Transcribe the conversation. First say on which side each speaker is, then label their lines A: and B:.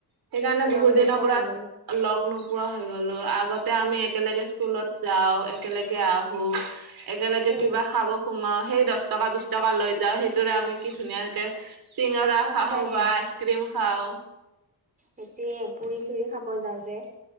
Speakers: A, on the right; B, on the right.
A: সেইকাৰণে
B: লগ
A: বহুত
B: নোপোৱা
A: দিনৰ পৰা
B: হৈ গ'ল
A: লগ নোপোৱা হৈ গ'লো, আগতে আমি একেলগে স্কুলত যাওঁ এ একেলগে আহোঁ একেলগে
B: উম।
A: কিবা খাব সোমাও সেই দহ টকা বিশ টকা লৈ যাওঁ সেইটোৰে আমি কি ধুনীয়াকে চিঙৰা
B: সঁচাকে।
A: খাও বা আইচক্ৰীম খাও।
B: সেইটোৱে পুৰি চুৰি খাব যাওঁ যে